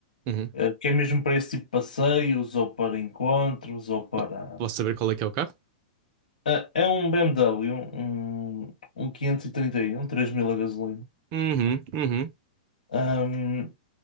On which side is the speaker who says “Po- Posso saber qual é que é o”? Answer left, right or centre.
Right